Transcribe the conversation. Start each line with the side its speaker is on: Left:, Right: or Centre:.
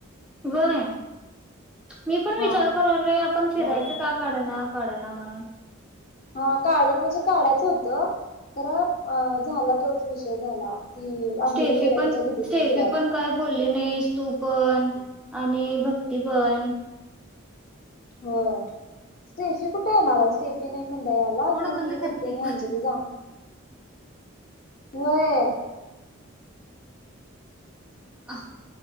Centre: वय मी पण
Left: हा
Centre: विचार कर आलोय आपण फिरायचं
Left: मग
Centre: का काढना काडना म्हणून.
Left: हा काढना म्हणजे काढायचं होतं खरं अ झाला तोच विषय झाला. ती अंजली
Centre: स्टेफी
Left: गेल्या
Centre: पण
Left: तिच्या दिदीकडे
Centre: स्टेफी
Left: फिरायला
Centre: पण काय बोलली नाहीस तू पण. आणि भक्ती पण.
Left: हो स्टेफी कुठे येणार आहेस. स्टेफी नाही म्हटलं याला
Centre: तोंड
Left: तू
Centre: बंद
Left: मी
Centre: कर
Left: भक्तेने
Centre: की
Left: अंजली जान व्हय.
Centre: अ